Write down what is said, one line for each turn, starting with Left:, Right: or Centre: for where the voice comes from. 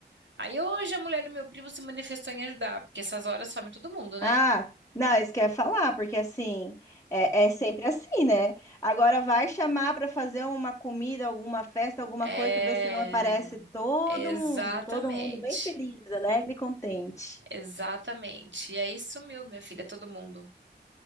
Right: Aí hoje a mulher do meu primo se manifestou em ajudar, porque essas horas some todo mundo, né?
Left: Ah, não, isso que eu ia falar, porque assim, é, é sempre assim, né? Agora vai chamar para fazer uma comida, alguma festa, alguma
Right: É.
Left: coisa, para ver se não aparece todo
Right: Exatamente.
Left: mundo, todo mundo bem feliz, alegre e contente.
Right: Exatamente. E aí sumiu, minha filha, todo mundo.